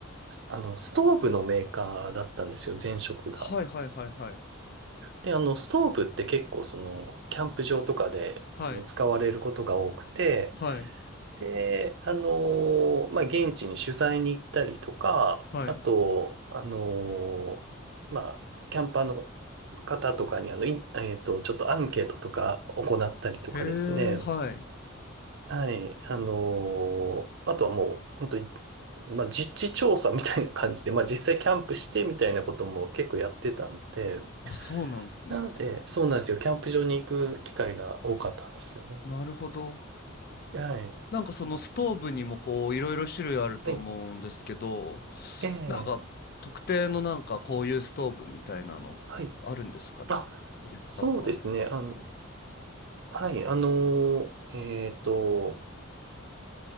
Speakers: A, on the right; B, on the left.
A: う。あの、ストーブのメーカーだったんですよ、前職が。
B: はいはいはいはい。
A: で、あの、ストーブって結構その、キャンプ場とかで、
B: はい。
A: あの、使われることが多くて、
B: はい。
A: で、あの、まあ、現地に取材に行ったりとか、
B: はい。
A: あと、あの、まあ、キャンパーの方とかに、あの、いえっと、ちょっとアンケートとか行ったりとかですね。
B: へえ、はい。
A: はい。あの、あとはもう、本当に、まあ、実地調査みたいな感じで、まあ、実際キャンプしてみたいなことも結構やってたので、
B: あ、そうなんですね。
A: なので、そうなんですよ。キャンプ場に行く機会が多かったんですよね。
B: なるほど。
A: はい。
B: なんかそのストーブにもこういろいろ種類あると思うんですけど、
A: はい。ええ、
B: なんか特定のなんかこういうストーブみたいなのあるんですかね。
A: はい。あ、
B: 取り扱って割れてたの。
A: そうですね。あの、
B: はい。
A: はい。あのー、えっと、